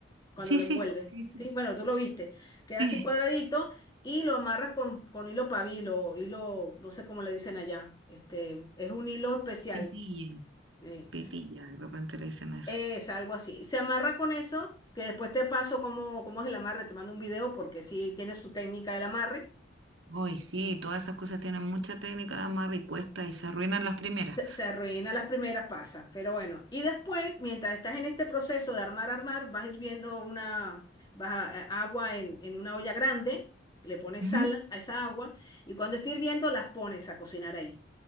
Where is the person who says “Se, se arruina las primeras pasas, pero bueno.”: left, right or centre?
Left